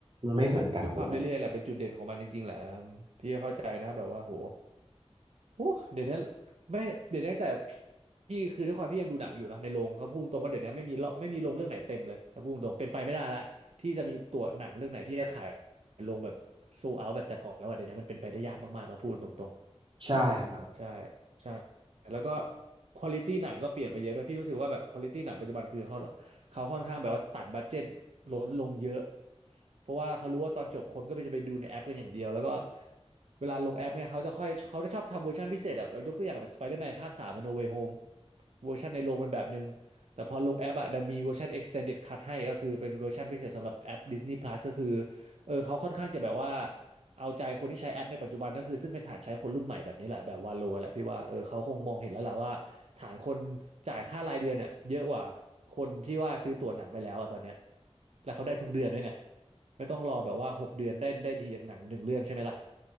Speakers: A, on the right (about 50°); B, on the right (about 75°).
A: มันไม่เหมือนกันด้วย
B: ด้วยความเรื่อยๆแหละเป็นจุดเด่นของมันจริงๆแหละอืมพี่ก็เข้าใจนะแบบว่าโหโอ้เดี๋ยวนี้ไม่เดี๋ยวนี้ตั้งแต่พี่คือด้วยความพี่ยังดูหนังอยู่เนาะในโรงก็พูดตรงว่าเดี๋ยวนี้ไม่มีรอบไม่มีโรงเรื่องไหนเต็มเลยถ้าพูดตรงเป็นไปไม่ได้ละที่จะมีตัวหนังเรื่องไหนที่จะขายโรงแบบโซเอาแบบแต่ก่อนแล้วอะเดี๋ยวนี้มันเป็นไปได้ยากมากๆแล้วพูดตรง
A: ใช่ครับ
B: ใช่ใช่แล้วก็ควอลิตี้หนังก็เปลี่ยนไปเยอะด้วยพี่รู้สึกว่าแบบควอลิตี้หนังปัจจุบันคือเขาเขาค่อนข้างแบบว่าตัดบัดเจ็ตลดลงเยอะเพราะว่าเขารู้ว่าตอนจบคนก็ไปจะไปดูในแอปกันอย่างเดียวแล้วก็เวลาลงแอปเนี่ยเขาจะค่อยเขาจะชอบทำเวอร์ชันพิเศษอะแบบยกตัวอย่างแบบสไปเดอร์แมนภาคสามโนเวโฮมเวอร์ชันในโรงเป็นแบบนึงแต่พอลงแอปอะดันมีเวอร์ชัน extended cut ให้ก็คือเป็นเวอร์ชันพิเศษสำหรับแอป Disney Plus ก็คือเออเขาค่อนข้างจะแบบว่า เอาใจคนที่ใช้แอปในปัจจุบันก็คือซึ่งเป็นฐานใช้คนรุ่นใหม่แบบนี้แหละแบบวาโลแหละพี่ว่าเออเขาคงมองเห็นแล้วแหละว่าฐานคนจ่ายค่ารายเดือนเนี่ยเยอะกว่าคนที่ว่าซื้อตั๋วหนังไปแล้วอะตอนเนี้ยแล้วเขาได้ทุกเดือนด้วยไงไม่ต้องรอแบบว่าหกเดือนได้ได้ทีจากหนังหนึ่งเรื่องใช่ไหมล่ะ